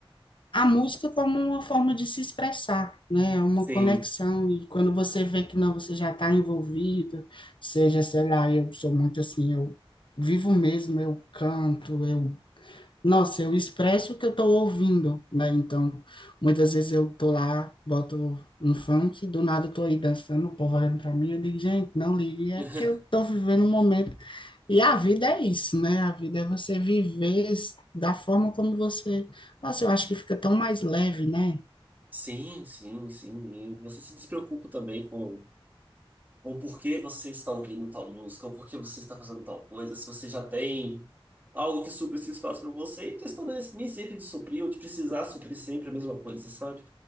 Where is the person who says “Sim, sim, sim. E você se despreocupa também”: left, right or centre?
Right